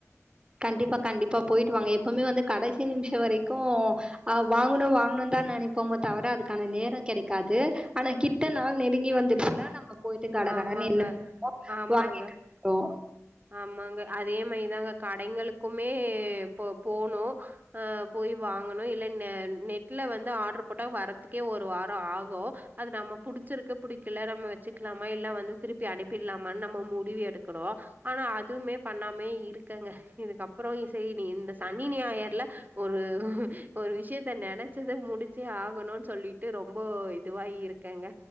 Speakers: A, on the right; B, on the right.
A: கண்டிப்பா கண்டிப்பா போயிட்டு வாாங்க எப்பவுமே வந்து கடைசி நிமிஷம் வரைக்கு ஆஹ் வாங்கணு வாங்கணு தான் நினைப்போமே தவிர அதுக்கான நேரம் கெடைக்காது ஆனா கிட்ட
B: ம்
A: நாள் நெருங்கி வந்துடுச்சுன்னா நம்ம போயிட்டு கடகடன்னு
B: ஆமாங்க
A: என்னோ
B: ஆமாங்க
A: வாங்கிட்டுறோம்
B: ஆமாங்க அதே மாதிரிதாங்க கடைங்களுக்குமே போனும் அஹ் போய் வாங்கணும் இல்ல நெட்ல வந்து ஆர்டர் போட்டா வரதுக்கே ஒரு வார ஆகும் அது நம்ம புடிச்சிருக்கு புடிக்கல நம்ம வ வச்சுக்கலாமா இல்லாம் வந்து திருப்பி அனுப்பிடலாமான்னு நம்ம முடிவு எடுத் ஆனா அதுமே பண்ணாமே இருக்கங்க இதுக்கப்புறம் இசரி இந்த சனி ஞாயர்ல ஒரு ஒரு விஷயத்த நெனைச்சதை முடிச்சே ஆகணும்ன்னனு சொல்லிட்டு ரொம்ப இதுவாயி இருக்கங்க